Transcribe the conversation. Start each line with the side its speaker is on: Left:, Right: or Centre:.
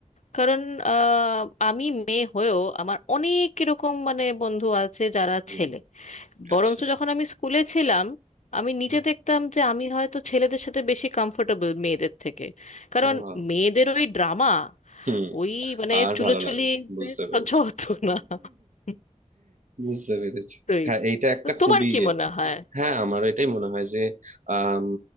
Left: কারণ আহ, আমি মেয়ে হয়েও আমার অনেক এরকম মানে বন্ধু আছে যারা
Right: হুম
Left: ছেলে বরঞ্চ
Right: আচ্ছা
Left: যখন আমি স্কুলে ছিলাম আমি নিজে
Right: হুম
Left: দেখতাম যে আমি হয়তো ছেলেদের সাথে বেশি কমফোর্টেবল মেয়েদের থেকে কারণ
Right: আহ,
Left: মেয়েদের ওই ড্রামা
Right: হুম,
Left: ওই মানে
Right: আর
Left: চুলোচুলি
Right: ভালো লাগে বুঝতে পেরেছি
Left: সহ্য হতো না <laughs>
Right: বুঝতে পেরেছি
Left: তুই
Right: হ্যাঁ এইটা একটা
Left: তো তোমার
Right: খুবই
Left: কি
Right: ইয়ে
Left: মনে হয়
Right: হ্যাঁ আমার এটাই মনে হয় যে আম,